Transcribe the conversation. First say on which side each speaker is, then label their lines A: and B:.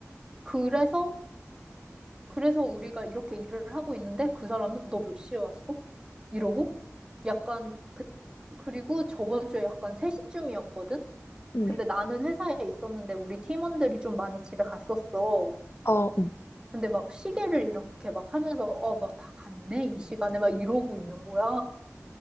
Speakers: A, on the right; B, on the left.
A: 그래서, 그래서 우리가 이렇게 일을 하고 있는데 그 사람은 너 몇 시에 왔어? 이러고 약간 그, 그리고 저번 주에 약간 3시쯤이었거든?
B: 응.
A: 근데 나는 회사에 있었는데 우리 팀원들이 좀 많이 집에 갔었어.
B: 어, 응.
A: 근데 막 시계를 이렇게 막 하면서 어, 막 다 갔네 이 시간에 막 이러고 있는 거야.